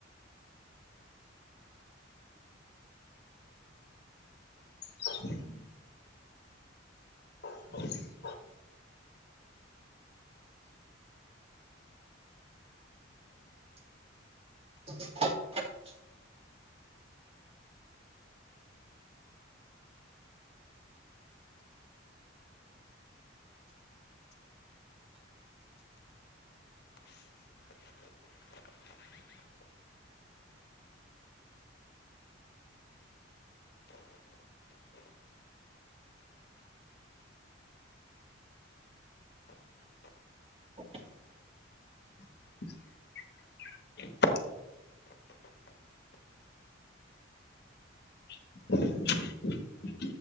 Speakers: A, on the left; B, on the right.
A: ह <unintelligible> हो <unintelligible>
B: <unintelligible> हो <unintelligible>
A: <unintelligible> <unintelligible>